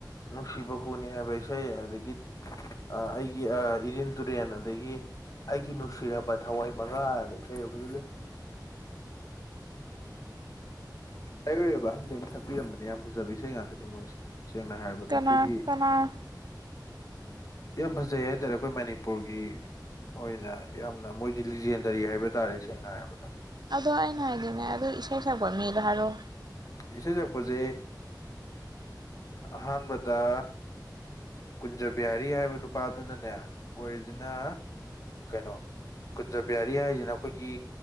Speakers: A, on the left (about 50°); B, on the right (about 65°).
A: ꯅꯨꯡꯁꯤꯕ ꯍꯨꯅꯤ ꯍꯥꯏꯕ ꯏꯁꯩ ꯑꯗꯒꯤ ꯑ ꯑꯩꯒꯤ ꯑ ꯏꯗꯤꯟ ꯇꯨꯔꯦꯟ ꯑꯗꯒꯤ ꯑꯩꯒꯤ ꯅꯨꯡꯁꯤꯔꯕ ꯊꯋꯥꯏ ꯃꯉꯥꯩ ꯂꯩ ꯑꯩꯔꯣꯏꯕ ꯑꯍꯟꯖꯅ ꯁꯛꯄꯤꯔꯝꯕꯅꯦ ꯌꯥꯝ ꯐꯖꯕ ꯏꯁꯩ ꯉꯥꯛꯇꯅꯦ ꯃꯣꯏꯁꯦ ꯁꯦꯡꯅ ꯍꯥꯏꯔꯕꯗ
B: ꯀꯅꯥ
A: ꯑꯩꯈꯣꯏꯒꯤ
B: ꯀꯅꯥ
A: ꯌꯥꯝ ꯐꯖꯩ ꯍꯥꯏꯇꯥꯔꯦ ꯑꯩꯈꯣꯏ ꯃꯅꯤꯄꯨꯔꯒꯤ ꯑꯣꯏꯅ ꯌꯥꯝꯅ ꯃꯣꯏꯗꯤ ꯂꯤꯖꯦꯟꯗꯔꯤ ꯍꯥꯏꯕ ꯇꯥꯔꯦ ꯁꯦꯡꯅ ꯍꯥꯏꯔꯕꯗ
B: ꯑꯗꯣ ꯑꯩꯅ ꯍꯥꯏꯗꯤꯅꯦ ꯑꯗꯨ ꯏꯁꯩ ꯁꯛꯄ ꯃꯤꯗ ꯍꯥꯏꯔꯣ
A: ꯏꯁꯩ ꯁꯛꯄꯁꯦ ꯑꯍꯥꯟꯕꯗ ꯀꯨꯟꯖꯕꯤꯍꯔꯤ ꯍꯥꯏꯕ ꯅꯨꯄꯥꯗꯨꯅꯅꯦ ꯑꯣꯏꯔꯤꯁꯤꯅ ꯀꯩꯅꯣ ꯎ ꯀꯨꯟꯖꯕꯤꯍꯥꯔꯤ ꯍꯥꯏꯔꯤꯁꯤꯅ ꯑꯩꯈꯣꯏꯒꯤ